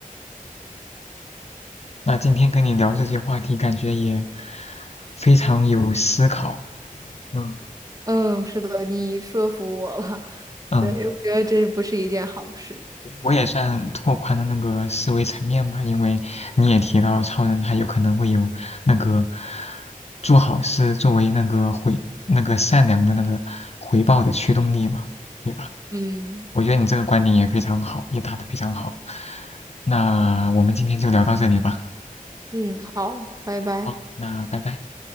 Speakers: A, on the left; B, on the right.
A: 那今天跟你聊这些话题，感觉也非常有思考。嗯
B: 嗯，是的，你说服我了。<laughs>
A: 嗯，
B: 对，我觉得这不是一件好事。
A: 对我也算拓宽了那个思维层面吧，因为你也提到超人他有可能会有那个做好事作为那个回那个善良的那个回报的驱动力嘛，对吧？
B: 嗯
A: 我觉得你这个观点也非常好，也打得非常好。那我们今天就聊到这里吧。
B: 嗯，好，拜拜。
A: 好，那拜拜。